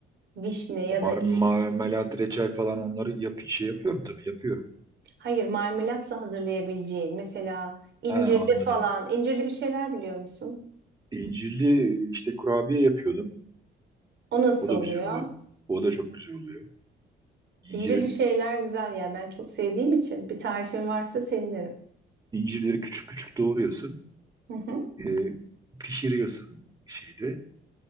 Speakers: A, on the right; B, on the right.
A: Vişne ya
B: O mar
A: da i-
B: marmelat, reçel falan onları yap şey yapıyorum tabii yapıyorum.
A: hayır marmelatla hazırlayabileceğin mesela incirli
B: He anladım.
A: falan incirli bir şeyler biliyor musun?
B: İncirli işte kurabiye yapıyordum.
A: O nasıl
B: O da
A: oluyor?
B: güzel oluyor. O da çok güzel oluyor. İncir,
A: İncirli şeyler güzel yani ben çok sevdiğim için bir tarifin varsa sevinirim.
B: incirleri küçük küçük doğruyorsun.
A: Hı hı.
B: E, pişiriyorsun şeyde.